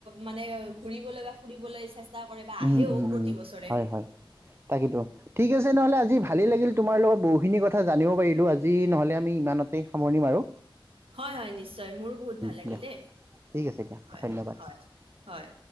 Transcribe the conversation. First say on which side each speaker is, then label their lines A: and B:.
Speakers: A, on the right; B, on the right.
A: মানে ঘুৰিব লগা- ফুৰিবলৈ চেষ্টা কৰে বা
B: উম
A: আহেও
B: উম
A: প্ৰতি
B: উম
A: বছৰে-
B: হয় হয় তাকেইতো ঠিক আছে নহ'লে আজি ভালেই লাগিল তোমাৰ লগত বহুখিনি কথা জানিব পাৰিলোঁ আজি নহ'লে আমি ইমানতে- সামৰণি মাৰো।
A: হয় হয় নিশ্চয় মোৰো বহুত ভাল লাগিলেই
B: দিয়া ঠিক আছে দিয়া
A: হয়
B: ধন্যবাদ
A: হয় হয়।